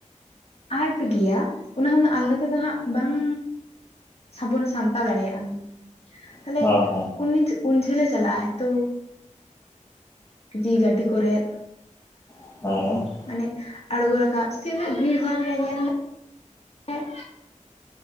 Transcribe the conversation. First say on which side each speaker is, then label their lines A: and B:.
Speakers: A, on the left; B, on the left.
A: ᱟᱸᱴ ᱜᱮᱭᱟ ᱚᱱᱟ ᱦᱚᱸ ᱩᱱᱟᱹᱜ ᱟᱞᱜᱟᱛᱮᱫᱚ ᱦᱟᱸᱜ ᱵᱟᱝ ᱥᱟᱵᱚᱱ ᱥᱟᱢᱴᱟᱣ ᱫᱟᱲᱮᱭᱟᱜᱼᱟᱢ ᱛᱟᱦᱞᱮ
B: ᱦᱮᱸ ᱦᱮᱸ ᱦᱮᱸ ᱦᱮᱸ
A: ᱩᱱᱤ ᱩᱱ ᱡᱷᱟᱹᱞᱮ ᱪᱟᱞᱟᱜ ᱟᱭ ᱛᱚ ᱡᱩᱫᱤ ᱜᱟᱹᱰᱤ ᱠᱚᱨᱮᱫ
B: ᱦᱮᱸ
A: ᱢᱟᱱᱮ ᱟᱬᱜᱚ ᱨᱟᱠᱟᱵ ᱥᱮ ᱩᱱᱟᱹᱜ ᱵᱷᱤᱲ ᱦᱚᱲ ᱨᱮ ᱧᱮᱞ ᱢᱮ ᱮᱸ